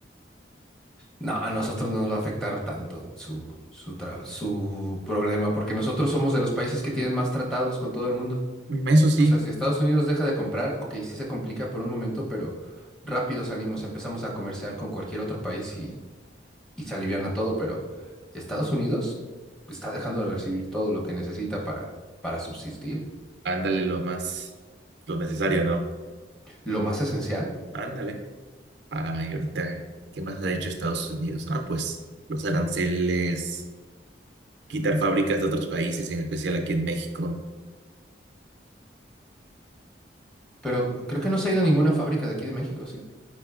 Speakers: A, in the centre; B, on the right.
A: No, a nosotros no nos va a afectar tanto su, su, tra- su problema, porque nosotros somos de los países que tienen más tratados con todo el mundo.
B: Mm, Eso sí,
A: O sea, si Estados Unidos deja de comprar, ok, sí se complica por un momento, pero rápido salimos, empezamos a comerciar con cualquier otro país y, y se aliviana todo, pero Estados Unidos está dejando de recibir todo lo que necesita para, para subsistir,
B: ándale lo más, lo necesario, ¿no?
A: lo más esencial,
B: Ándale. Ay, ahorita, ¿qué más ha hecho Estados Unidos? Ah, pues los aranceles, quitar fábricas de otros países, en especial aquí en México.
A: pero creo que no se ha ido ninguna fábrica de aquí de México, ¿sí?